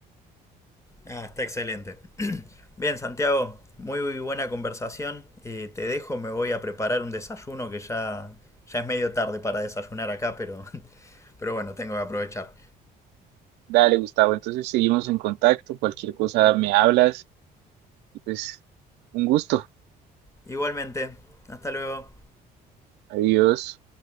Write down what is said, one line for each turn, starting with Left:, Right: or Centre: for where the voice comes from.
Left: Ah, está excelente. <clears throat> Bien, Santiago, muy, buena conversación. Eh, te dejo, me voy a preparar un desayuno que ya, ya es medio tarde para desayunar acá, pero, <laughs> pero bueno, tengo que aprovechar.
Right: Dale, Gustavo, entonces seguimos en contacto, cualquier cosa me hablas, y pues un gusto,
Left: Igualmente, hasta luego.
Right: adiós.